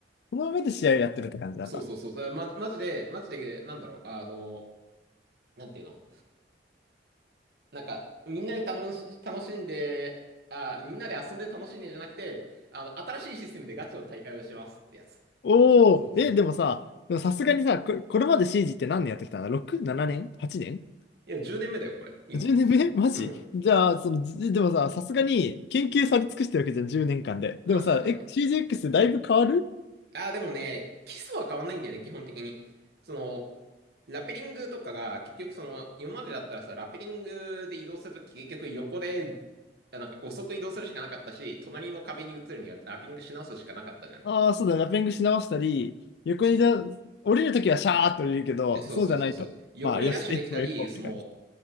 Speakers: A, on the left (about 65°); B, on the right (about 60°).
A: その上で試合をやってるって感じなんだ。
B: う、そうそうそう、だマジマジで、マジで、なんだろう、あの、なんていうの、なんか、みんなで楽し、楽しんで、あ、みんなで遊んで楽しいねじゃなくて、あの、新しいシステムでガチの大会をしますってやつ。
A: おお、
B: そうそうそう。
A: え、でもさ、でもさすがにさ、こ、これまでシージって何年やってきたんだ ?6、7年 ?8 年
B: いや、10年目だよ、これ、今。
A: ?10 年目 <laughs> マジじゃあ、
B: うん。
A: その、じでもさ、さすがに研究され尽くしてるわけじゃん、10年間で。
B: うん、
A: でもさ、
B: そうだね。
A: え、CGX だいぶ変わる
B: ああ、でもね、基礎は変わんないんだよね、基本的に。その、ラペリングとかが、結局その、今までだったらさ、ラペリングで移動するとき、結局横で、あなんか遅く移動するしかなかったし、隣の壁に移るにはラペリングし直すしかなかったじゃん。
A: ああー、そうだ、ラッピングし直したり、横にだ、
B: そ、
A: 降りるときはシャーっと降りるけど、
B: え、そうそうそうそう。
A: そうじゃないと。
B: 横にダッシュできたり、
A: まあ、よし、F4、F4
B: その、
A: って感じ。